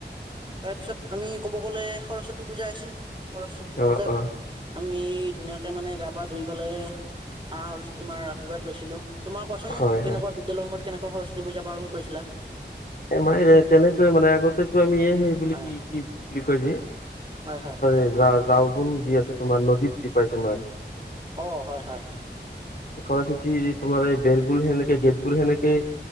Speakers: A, on the right (about 25°); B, on the left (about 50°).
A: তাৰ পিছত আমি ক'ব গ'লে সৰস্বতী পূজা আছিল সৰস্বতী
B: অ
A: পূজাত
B: অ
A: আমি ধুনীয়াকে মানে গা, পা ধুই পেলাই মা সৰস্বতী মাৰ আশীৰ্বাদ লৈছিলো তোমাৰ কোৱাচোন?
B: হয়
A: কেনেকুৱা
B: হয়
A: বিদ্যালয় সমূহত কেনেকোৱা সৰস্বতী পূজা পালন কৰিছিলা।
B: এ মাইৰে তেনেকৈ মানে আগতেো আমি এই সেই বুলি
A: হয়
B: কি কি বুলি কই যে
A: হয় হয়
B: এ যা- যাওঁ বন যি আছে তোমাৰ নদীত যি পায় তোমাৰ।
A: অ হয়, হয়।
B: সৰস্বতী তোমাৰ এই বেৰবোৰ সেনে গেটবোৰ সেনেকে